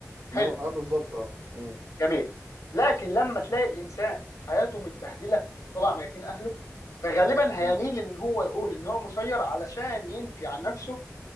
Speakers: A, on the left (about 85°); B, on the right (about 75°).
A: حلو
B: انما اه بالظبط اه مم.
A: جميل لكن لما تلاقي الانسان حياته متبهدله وطلع ميتين اهله فغالبا هيميل
B: مم.
A: ان هو يقول ان هو مسير علشان ينفي عن نفسه